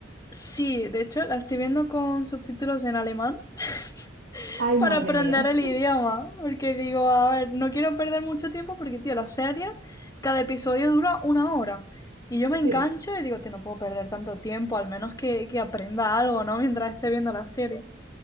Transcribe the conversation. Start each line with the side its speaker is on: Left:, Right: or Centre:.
Left: Sí, de hecho la estoy viendo con subtítulos en alemán <laughs>
Right: Ay,
Left: para
Right: madre
Left: aprender
Right: mía.
Left: el idioma, porque digo, a ver, no quiero perder mucho tiempo porque, tío, las series, cada episodio dura una hora. Y yo me engancho
Right: Sí.
Left: y digo, tío, no puedo perder tanto tiempo, al menos que, que aprenda algo, ¿no? Mientras esté viendo la serie.